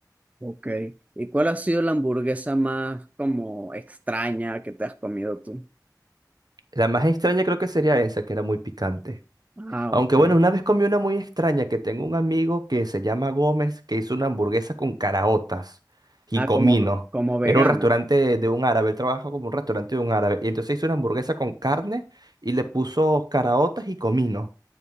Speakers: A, on the right (about 20°); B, on the right (about 65°).
A: ok. ¿Y cuál ha sido la hamburguesa más como extraña que te has comido tú?
B: La más extraña creo que sería esa, que era muy picante.
A: Ah,
B: Aunque
A: ok.
B: bueno, una vez comí una muy extraña que tengo un amigo que se llama Gómez que hizo una hamburguesa con caraotas y
A: Ah,
B: comino.
A: como, como vegana.
B: Era un restaurante de un árabe, él trabaja como un restaurante de un árabe. Y entonces hizo una hamburguesa con carne y le puso caraotas y comino.